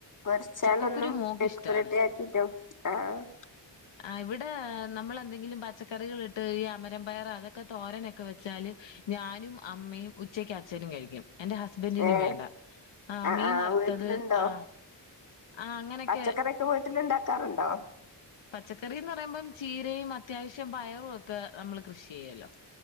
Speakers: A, on the left; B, on the left.
A: വോര്ച്ചാല്
B: ചക്കക്കുരു മോക്ക്
A: <unintelligible>
B: ഇഷ്ടാണ് ആ ഇവടെ നമ്മളെന്തെങ്കിലും പച്ചക്കറികളിട്ട് അമരപ്പയർ അതൊക്കെ തോരനൊക്കെ വെച്ചാല് ഞാനും അമ്മയും ഉച്ചക്ക് അച്ഛനും കഴിക്കും എന്റെ ഹസ്ബന്റിനും
A: ഏഹ്
B: വേണ്ട ആ
A: ആഹ്
B: മീൻ
A: ആഹ്
B: വറുത്തത്
A: വീട്ടിലുണ്ടോ
B: ആ ആ അങ്ങനെയൊക്കെ
A: പച്ചക്കറിയൊക്കെ വീട്ടിലുണ്ടാക്കാറു ആ
B: പച്ചക്കറീന്ന് പറയുമ്പോ ചീരയും അത്യാവശ്യം പയറു ഒക്കെ നമ്മള് കൃഷി ചെയ്യോലോ